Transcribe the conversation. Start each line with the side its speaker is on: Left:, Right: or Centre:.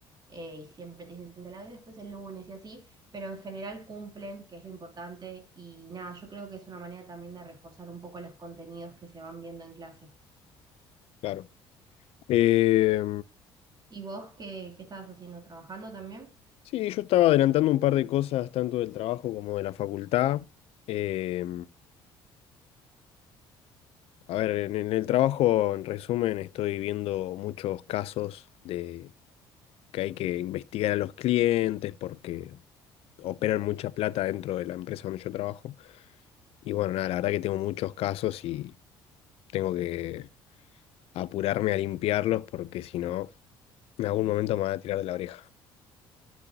Right: eh, y siempre te dicen te la doy después el lunes y así, pero en general cumplen, que es lo importante, y nada, yo creo que es una manera también de reforzar un poco los contenidos que se van viendo en clase.
Left: Claro. Eh,
Right: ¿Y vos qué, qué estabas haciendo? ¿Trabajando también?
Left: sí, yo estaba adelantando un par de cosas, tanto del trabajo como de la facultad. Eh, A ver, en, en el trabajo, en resumen, estoy viendo muchos casos de que hay que investigar a los clientes porque operan mucha plata dentro de la empresa donde yo trabajo. Y bueno, nada, la verdad que tengo muchos casos y tengo que apurarme a limpiarlos porque si no, en algún momento me van a tirar de la oreja.